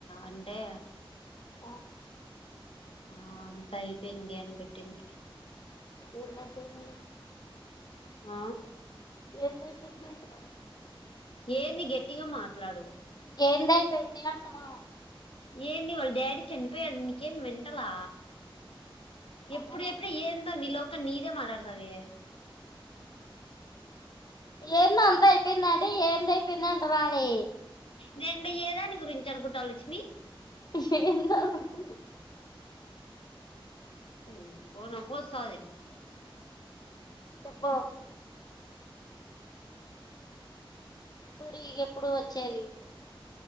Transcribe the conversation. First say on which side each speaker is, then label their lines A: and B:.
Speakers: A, on the left; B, on the left.
A: అంటే
B: ఆహ
A: ఆ అంతా అయిపోయింది అని పెట్టింది
B: ఏందైపోయింది
A: ఆ
B: ఏం చెప్పింది నీకు
A: ఏన్ని గట్టిగా మాట్లాడు
B: ఏంది అయిపోయింది అంటున్నా
A: ఏంది వాళ్ళ డాడీ చనిపోయాడు నీకేం మెంటలా
B: ఆహా
A: ఎప్పుడు ఎప్పుడ ఏందో నీ లోక నీదే మాట్లాడతావే
B: ఏంది అంత అయిపోయింద అంటే ఏంది అయిపోయిందంట అనే
A: నేను ఏదాని గురించి అనుకుంటా లక్ష్మి
B: ఏ <inaudible>
A: హు పోనా పోజ సదా నికి
B: చెప్పు ఊరి ఎప్పుడు వచ్చేది